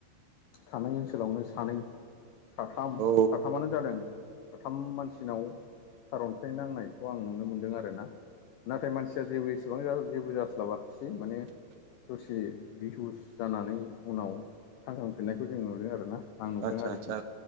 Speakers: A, on the left; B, on the right.
A: थानाय ओनसोलावनो सानै साथाम
B: औ
A: साथामानो जादों साथाम मानसिनाव सार अन्थाइ नांनायखौ आं नुनो मोन्दों आरोना नाथाय मानसिया जेबो एसेबां जेबो जास्लाबाखिसै माने सि बिहुस जानानै उनाव थांखांफिननायखौ जों नुदों आरोना आं नुदों
B: आदसा
A: आरोखि
B: आदसा